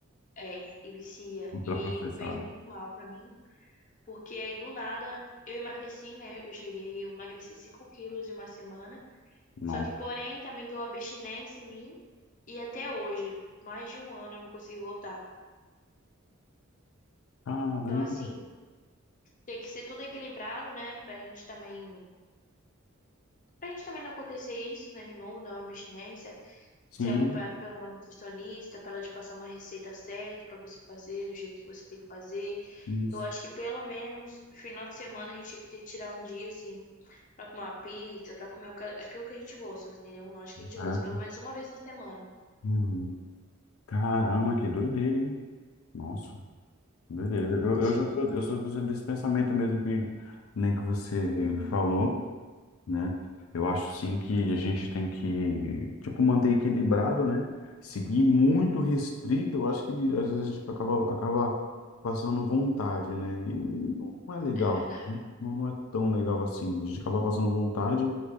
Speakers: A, on the left (about 40°); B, on the left (about 85°).
A: é, e vicia.
B: Ultraprocessado.
A: E fez muito mal pra mim. Porque aí do nada eu emagreci, né? Eu cheguei, eu emagreci 5 quilos em uma semana.
B: Nossa,
A: Só que, porém, também deu abstinência em mim. E até hoje, mais de um ano, eu não consegui voltar.
B: caramba.
A: Então, assim, tem que ser tudo equilibrado, né? Pra gente também. Pra gente também não acontecer isso, né? De novo, dar uma abstinência
B: Sim,
A: Ser acompanhado pela uma nutricionista, para ela te passar uma receita certa para você fazer, do jeito que você tem que fazer.
B: isso.
A: Eu acho que pelo menos final de semana a gente tinha que ter que tirar um dia, assim, pra comer uma pizza, pra comer o que- aquilo que a gente gosta, entendeu? Um lanche que a gente
B: Caraca,
A: gosta, pelo menos uma vez na semana.
B: hum, caramba, que doideira, hein? Nossa, doideira. Eu, eu
A: Sim,
B: já sou, eu sou desse desse pensamento mesmo que nem que você falou. né? Eu acho sim que a gente tem que, tipo, manter equilibrado, né? Seguir muito restrito, eu acho que às vezes a gente acaba, acaba passando vontade, né? E não é legal,
A: é verdade.
B: né? não, não é tão legal assim. A gente acaba passando vontade,